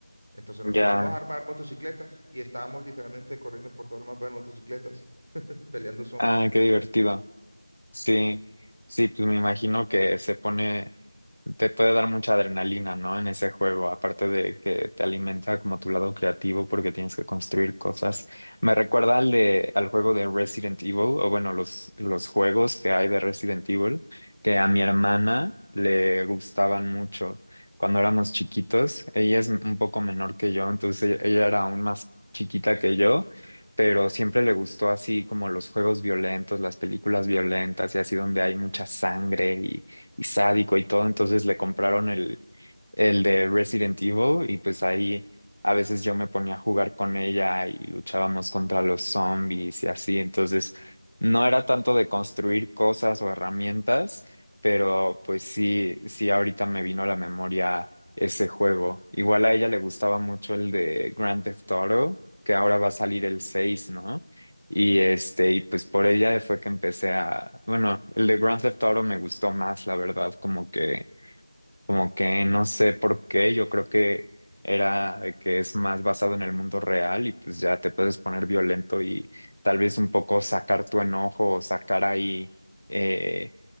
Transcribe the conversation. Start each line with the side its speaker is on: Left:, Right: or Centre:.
Right: Entonces nos
Left: Ya.
Right: pusimos a armar motocicletas y estábamos literalmente corriendo por todo el mapa en motocicletas, <laughs> peleando zombies.
Left: Ah, qué divertido. Sí, sí, pues me imagino que se pone, te puede dar mucha adrenalina, ¿no? En ese juego, aparte de que te alimenta como tu lado creativo porque tienes que construir cosas. Me recuerda al de, al juego de Resident Evil, o bueno, los, los juegos que hay de Resident Evil, que a mi hermana le gustaban mucho cuando éramos chiquitos. Ella es un poco menor que yo, entonces ella ella era aún más chiquita que yo pero siempre le gustó así como los juegos violentos, las películas violentas y así donde hay mucha sangre y, y sádico y todo, entonces le compraron el, el de Resident Evil y pues ahí a veces yo me ponía a jugar con ella y luchábamos contra los zombies y así, entonces no era tanto de construir cosas o herramientas, pero pues sí, sí ahorita me vino a la memoria ese juego. Igual a ella le gustaba mucho el de Grand Theft Auto que ahora va a salir el 6, ¿no? Y este, y pues por ella fue que empecé a, bueno, el de Grand Theft Auto me gustó más, la verdad, como que, como que no sé por qué, yo creo que era de que es más basado en el mundo real y pues ya te puedes poner violento y tal vez un poco sacar tu enojo o sacar ahí, eh,